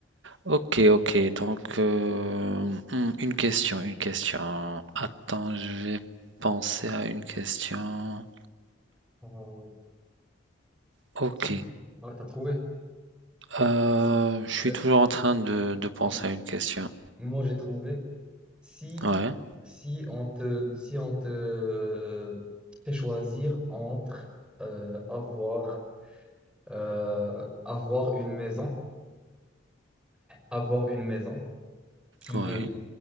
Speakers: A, on the right (about 70°); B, in the centre.
A: Ok, ok. Donc, euh, hmm, une question, une question. Attends, je vais penser à une question.
B: Euh,
A: Ok.
B: si, ouais, t'as trouvé.
A: Euh, je suis
B: Euh,
A: toujours en train de,
B: m-
A: de penser
B: m-
A: à une question.
B: moi, j'ai trouvé. Si,
A: Ouais,
B: si on te, si on te fait choisir entre euh, avoir, euh, avoir une maison, avoir une maison qui
A: ouais.
B: est